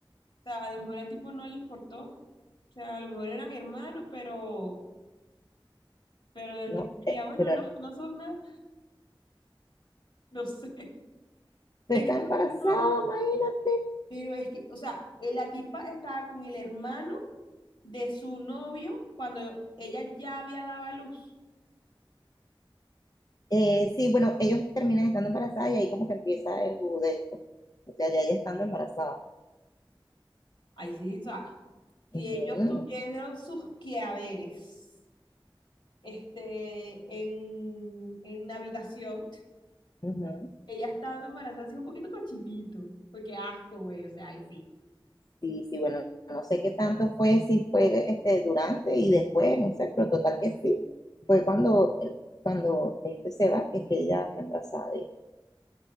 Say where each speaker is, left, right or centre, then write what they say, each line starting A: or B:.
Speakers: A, on the left; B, on the left.
A: o sea, a lo mejor al tipo no le importó. O sea, a lo mejor eran hermanos, pero, pero el
B: No,
A: tipo diría,
B: eh,
A: bueno,
B: pero
A: no, no son nada, <laughs> no sé.
B: tú
A: Es
B: estás
A: que
B: embarazada,
A: no, no,
B: imagínate.
A: pero es que, o sea, eh, la tipa estaba con el hermano de su novio cuando ella ya había dado a luz.
B: Eh, sí, bueno, ellos terminan estando embarazadas y ahí como que empieza el judesto. O sea, ya ella estando embarazada.
A: Ahí sí, o sea, si
B: Ujú,
A: ellos tuvieron sus quehaceres, este, en, en la habitación.
B: ujú.
A: Ella estando embarazada así un poquito cochinito. Porque asco, güey. O sea, ay, sí.
B: Sí, sí, bueno, no sé qué tanto fue, si fue este, durante y después, no sé, pero total que sí. Fue cuando, eh, cuando este se va, que es que ella está embarazada. de él.